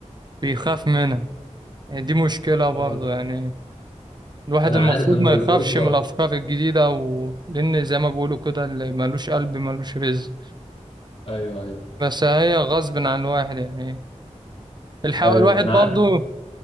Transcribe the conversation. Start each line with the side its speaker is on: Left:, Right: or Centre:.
Right: بيخاف منها يعني دي مشكله برضه
Left: آه.
Right: يعني الواحد
Left: انا
Right: المفروض
Left: عارف ان
Right: ما
Left: البورصة
Right: يخافش من الافكار الجديده و... لان زي ما بيقولوا كده اللي ملوش قلب ملوش رزق
Left: ايوه ايوه
Right: بس هي غصب عن الواحد يعني الح...
Left: ايوه
Right: الواحد
Left: انا
Right: برضه
Left: عارف